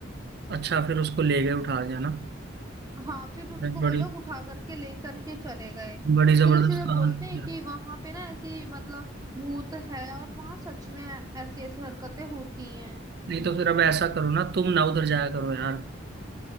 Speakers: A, on the right; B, on the right.
A: अच्छा फिर उसको ले गए उठा गया ना
B: हाँ फिर उसको
A: बड़ी
B: वो लोग उठा करके लेकर के चले गए
A: बड़ी जबरदस्त
B: फिर इसलिए
A: कहानी
B: बोलते हैं
A: है।
B: कि वहां पे ना ऐसी मतलब भूत है और वहां सच में ऐसी ऐसी हरकतें होती हैं
A: नहीं तो फिर अब ऐसा करो ना तुम ना उधर जाया करो यार